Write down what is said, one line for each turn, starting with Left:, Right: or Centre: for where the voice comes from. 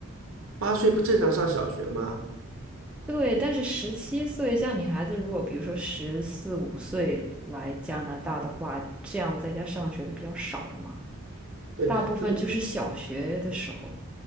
Right: 八岁不正常上小学吗？
Centre: 对，但是十七岁，像你孩子如果比如说十四五岁来加拿大的话，这样在家上学的比较少了嘛，
Right: 对，
Centre: 大部分就是小学的时候
Right: 但是